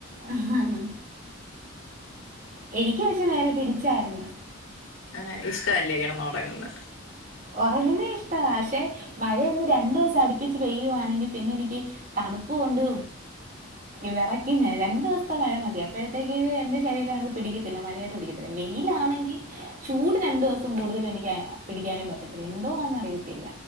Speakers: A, on the right (about 40°); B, on the left (about 75°).
A: ആഹ് എനിക്ക് പക്ഷേ നേരെ തിരിച്ചായിരുന്നു
B: ആഹ് ഇഷ്ടമല്ലേ കിടന്ന് ഉറങ്ങുന്ന
A: ഉറങ്ങുന്നേ ഇഷ്ടമാ പക്ഷേ മഴയൊന്ന് രണ്ടു ദിവസം അടുപ്പിച്ച് പെയ്യുവാണെങ്കിൽ പിന്നെ എനിക്ക് തണുപ്പ് കൊണ്ട് വിറയ്ക്കും ഞാൻ രണ്ടു ദിവസത്തെ മഴ മതി അപ്പോഴത്തേക്ക് എന്റെ ശരീരം അത് പിടിക്കില്ല പിന്നെ മഴയായിട്ട് പിടിക്കത്തില്ല വെയിലാണെങ്കിൽ ചൂട് രണ്ടു ദിവസം കൂടുതല് എനിക്ക് പിടിക്കാനും പറ്റത്തില്ല എന്തോന്ന് അറിയത്തില്ല